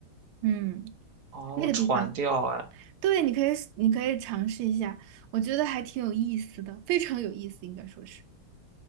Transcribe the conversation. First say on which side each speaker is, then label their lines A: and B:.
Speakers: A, on the right; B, on the right.
A: 嗯，
B: 哦，
A: 那个地方，
B: 船钓哎，
A: 对，你可以你可以尝试一下，我觉得还挺有意思的，非常有意思，应该说是。